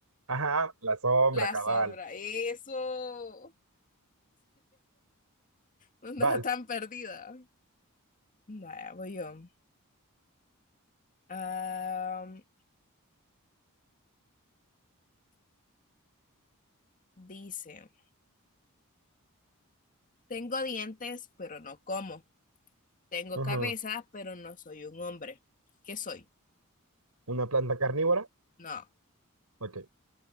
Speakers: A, on the right; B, on the left.
A: Ajá, la sombra,
B: La
A: cabal.
B: sombra. Eso. No andaba
A: Vals.
B: tan perdida. Vaya, voy yo. Am, dice, tengo dientes, pero no como. Tengo
A: Ujú.
B: cabeza, pero no soy un hombre. ¿Qué soy?
A: Una planta carnívora.
B: No.
A: Ok.